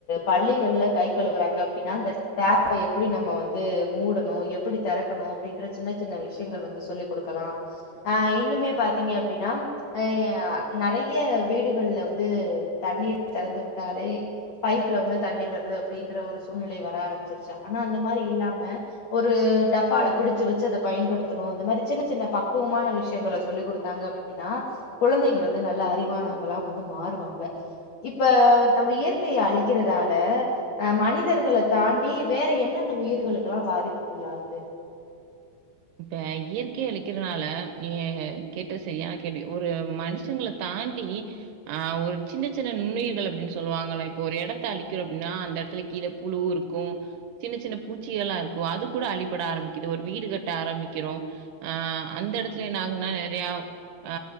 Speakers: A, on the left; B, on the right.
A: பள்ளிகள்ல கை கழுகுறாங்க அப்டின்னா அந்த டேப் ப்ப எப்புடி நம்ம வந்து மூடணு எப்புடி தெறக்கணு அப்படின்ற சின்ன சின்ன விஷயங்கள் வந்து சொல்லிக் கொடுக்கலா ஆ இன்னுமே பாத்தீங்க அப்டின்னா அ நெறை ஏ வீடுகள்ல வந்து தண்ணீர் தெறந்து வுட்டாலே பைப்ல வந்து தண்ணீர் வருது அப்டின்ற ஒரு சூழ்நிலை வர ஆரம்பிச்சிருச்சா ஆனா அந்த மாரி இல்லாம ஒரு டப்பால புடிச்சு வச்சு அத பயன்படுத்தணு இந்த மாரி சின்ன சின்ன பக்குவமான விஷயங்கள சொல்லி கொடுத்தாங்க அப்டினா குழந்தைகள் வந்து நல்ல அறிவானவங்களா வந்து மாறுவாங்க இப்ப நம்ம இயற்கைய அழிக்கிறதால ஆ மனிதர்களை தாண்டி வேற என்னென்ன உயிர்களுக்கெலா பாதிப்புக்குள்ளாவுது
B: இப்ப இயற்கை அளிக்கிறனால நீங்க கேட்ட செரியானா கேள்வி ஒரு மனுஷங்கள தாண்டி ஆ ஒரு சின்ன சின்ன நுண்ணுயிர்கள் அப்டின்னு சொல்லுவாங்கள இப்ப ஒரு எடத்த அழிக்கிறும் அப்டின்னா அந்த எடத்துல கீழ புழு இருக் க்கு சின்ன சின்ன பூச்சிகள்ல்லா இருக்கு அது கூட அழிபட ஆரம்பிக்குது ஒரு வீடு கட்ட ஆரம்பிக்கிறோ ஆ அந்த இடத்துலயே என்ன ஆகுன்னா நெறைய ஆ